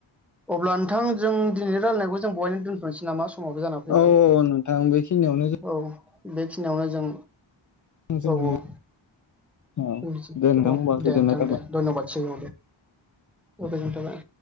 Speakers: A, in the centre; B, on the left.
A: अब्ला नोंथां जों दिनैनि रायलायनायखौ जों बहायनो दोनथ'नोसै नामा? समाबो जाना फैबाय
B: अ नोंथां बेखिनियावनो जों
A: औ बेखिनियावनो जों
B: जोंनि
A: औ औ <inaudible>
B: औ दे नोंथां
A: औ
B: होनबा
A: दे
B: गोजोननाय
A: नोंथां
B: थाबाय।
A: दे धय्नबादसै औ दे। गोजोन्नाय थाबाय